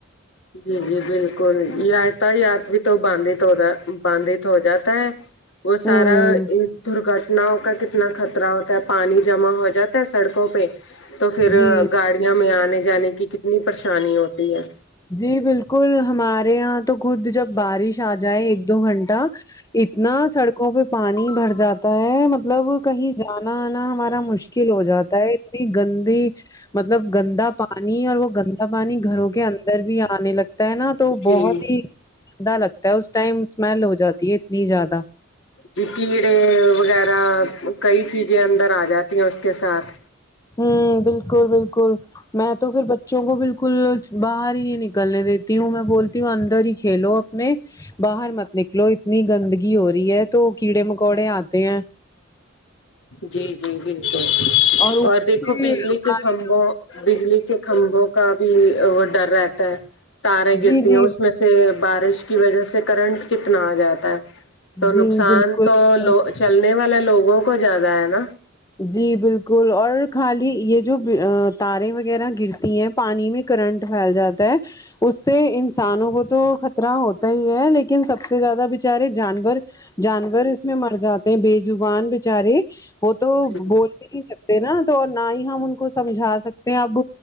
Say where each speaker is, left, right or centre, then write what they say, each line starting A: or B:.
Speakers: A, on the left; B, on the left.
A: جی جی بالکل یادتا یاد بھی تو بانھت ہو بانھت ہو جاتا ہے وہ
B: ہوں
A: سارا درگٹ کتنا ہو کا کتنا خطرہ ہوتا ہے پانی جمع ہو جاتا ہے سڑکوں پہ تو پھر
B: جی
A: گاڑیوں میں آنے جانے کی کتنی پریشانی ہوتی ہے
B: جی بالکل ہمارے یہاں تو خود جب بارش آ جائے ایک دو گھنٹہ اتنا سڑکوں پے پانی بھر جاتا ہے مطلب کہیں جانا آنا ہمارا مش کل ہو جاتا ہے اتنی گندگی مطلب گندا پانی اور وہ گندا پانی گھروں کے اندر بھی آنے لگتا تا ہے نہ تو
A: جی
B: بہت ہی گندا لگتا ہے اس ٹائم اسمیل ہو جاتی ہے اتنی زیادہ
A: جی کیڑے وغیرہ کئی چیزیں اندر آ جاتی ہیں اس کے ساتھ
B: ہوں بالکل بالکل میں تو پھر بچوں کو بالکل باہر ہی نہیں نکلنے دیتی ہوں میں بولتی ہوں اندر ہی کھیلو نے باہر مت نکلو اتنی گندگی ہو رہی ہے تو کیڑے مکوڑے آتے ہیں
A: جی جی بالکل
B: اوپر
A: اور دیکھو
B: سے
A: بجلی کے
B: بارش
A: کھمبوں بجلی کے کھمبوں کا بھی وہ ڈر رہتا ہے تاریں گرتی
B: جی
A: ہیں
B: جی
A: اس میں سے تے بارش کی وجہ سے کرنٹ کتنا آ جاتا ہے تو نقصان
B: جی بالکل
A: تو لو چلنے والے لوگوں کو زیادہ ہے نا
B: جی بالکل اور خالی یے جو تاریں وغیرہ گرتی ہیں پانی میں کرنٹ پھیل جاتا ہے اس سے انسانوں کو تو خطرہ ہوتا ہی ہے لیکن سب سے زیادہ بچ چارے جانور جانور اس میں مر جاتے ہیں بے زبان بچارے ہو تو وہ
A: جی
B: بول بھی نہیں سکتے نا تو نہ ہی ہم ان کو سمجھا سکتے ہیں اب